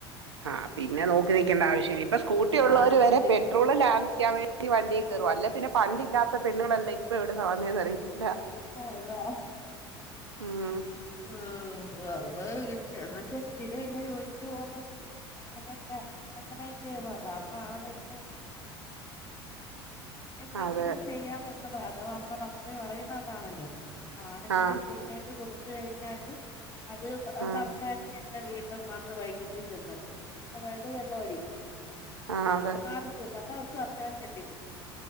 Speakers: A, on the right; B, on the left.
A: ആ പിന്നെ നോക്കി നിക്കേണ്ട ആവശ്യം ഇ സ്കൂട്ടി ഉള്ളവർ
B: ആഹ് നോക്കി
A: വരെ പെട്രോളിലാ കാൻ വേ വണ്ടി കയറും അല്ലേ പിന്നെ പണ്ടില്ലാത്ത പെണ്ണുകളല്ല ഇപ്പൊ ഇവിടെ വന്നന്ന്റിയില്ല
B: ആതാ
A: ഉം
B: ഉം വെറുത കിട്ടി സ്ഥിര ഇല്ല ജോലിക്ക് പോണത് അങ്ങനെയൊക്കെ അങ്ങന കേറ അതാവുമ്പ ആ പൈസ എന്തെങ്കിലും
A: അതെ
B: ചെയ്യാമ <unintelligible> ആണല്ലോ ആണുങ്ങക്ക്
A: ആഹ്
B: ഫ്രീ ആയിട്ട് കൊടു ത്ത് കഴിഞ്ഞാല് അത്
A: ആഹ്
B: സർക്കാരിനെ വീട്ടും വന്ന് വൈകിട്ട് ചെന്നിട്ടും അതായത് വെള്ളംടിക്കും
A: ആഹ് അതെ
B: മാറത്തില്ല <unintelligible>